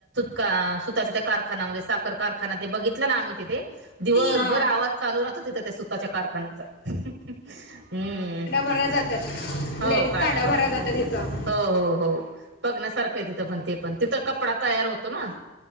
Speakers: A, on the right; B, on the left.
A: सुतःच्या त्या कारखान्यामध्ये साखर कारखाना ते बघितला ना आम्ही तिथे दिवसभर
B: हा
A: आवाज चालू राहो. त त्या सुतच्या कारखान्याचा हम्म.
B: खरं जातात.
A: हो
B: लेडीज
A: कांड्यावरला
B: कांड्या भरायला जातात इथं
A: हो हो हो. सारखं तिथं पण ते पण तिथं कपडा तयार होतो ना.